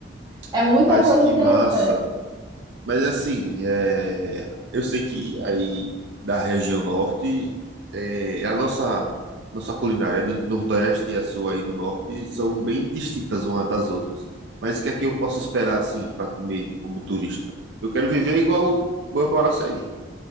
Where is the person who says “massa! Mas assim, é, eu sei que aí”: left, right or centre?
Right